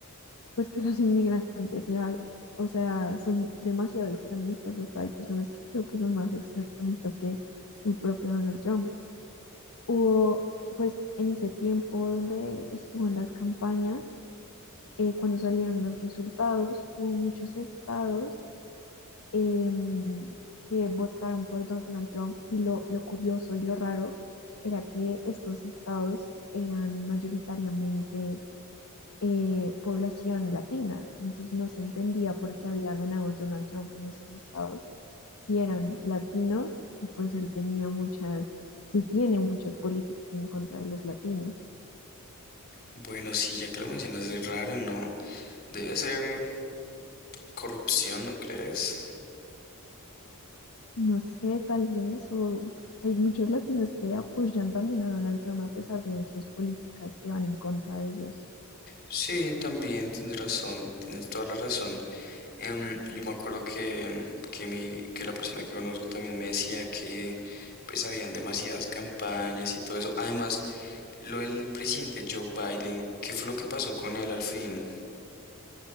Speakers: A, on the left (about 70°); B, on the left (about 45°).
A: pues que los <laughs> inmigrantes ya, o sea, son demasiado extremistas, hasta hay personas que creo que son más extremistas que el propio Donald Trump. Hubo, pues, en ese tiempo donde estuvo en las campañas, eh, cuando salieron los resultados, hubo muchos estados em, que votaron por Donald Trump y lo, lo curioso y lo raro era que estos estados eran mayoritariamente eh, población latina, entonces no se entendía por qué había ganado Donald Trump en esos estados si eran latinos y pues él tenía muchas, él tiene muchas políticas en contra de los latinos.
B: Bueno, sí, ya que lo mencionas, es raro, ¿no? Debe ser corrupción, ¿no crees?
A: No sé, tal vez, o hay muchos latinos que apoyan también a Donald Trump a pesar de sus políticas que van en contra de ellos.
B: Sí, también tienes razón, tienes toda la razón. Em, yo me acuerdo que, que, mi, que la persona que conozco también me decía que pues habían demasiadas campañas y todo eso. Además, lo del presidente Joe Biden, ¿qué fue lo que pasó con él al fin?